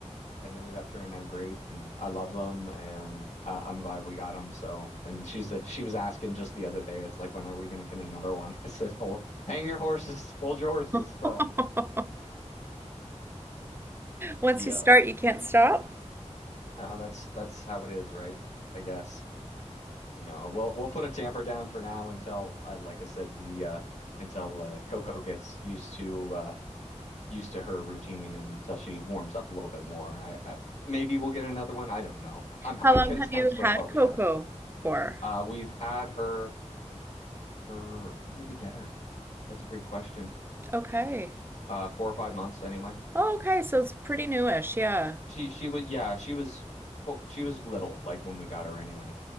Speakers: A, on the left; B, on the right.
A: it ended up turning out great, and I love them, and uh, I'm glad we got them. So, and she's the, she was asking just the other day, it's like, when are we gonna get another one? <laughs> I said, well, hang your horses, hold your horses.
B: <laughs>
A: So,
B: Once
A: yeah,
B: you start, you can't stop.
A: uh, that's that's how it is, right? I guess. No, we'll we'll put a tamper down for now until uh, like I said, the uh until uh, Coco gets used to uh used to her routine and until she warms up a little bit more. I, I maybe we'll get another one. I don't know. I'm
B: How
A: I'm
B: long
A: content
B: have you
A: with
B: had
A: what
B: cocoa
A: we had.
B: for?
A: Uh we've had her for when did we get her? That's a great question.
B: Okay.
A: Uh four or five months anyway.
B: Oh, okay, so it's pretty newish. Yeah.
A: She she was yeah, she was well, she was little like when we got her anyway.